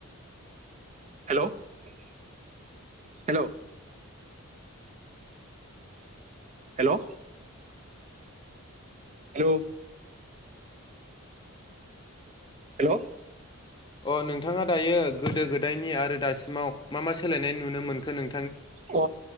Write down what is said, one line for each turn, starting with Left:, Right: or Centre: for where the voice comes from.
Right: हेल'? हेल'? हेल'? हेलौ हेल'
Left: अ नोंथाङा दायो गोदो गोदायनि आरो दासिमाव मा मा सोलायनाय नुनो मोनखो नों
Right: अ